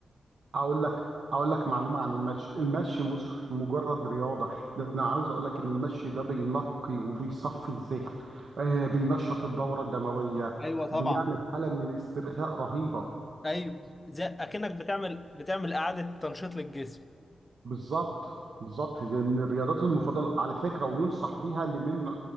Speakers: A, on the right; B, on the left.
A: اقول لك اقول لك معلومة عن المشي المشي مش مجرد رياضة ده انا عاوز اقول لك ان المشي ده بينقي وبيصفي الذهن آه بينشط الدورة الدموية
B: ايوه طبعا
A: بيعمل حالة من الاسترخاء رهيبة
B: ايوه زي اكنك بتعمل بتعمل اعاده تنشيط للجسم
A: بالظبط بالظبط دي من الرياضات المفضله على فكره وينصح بيها لمن ل-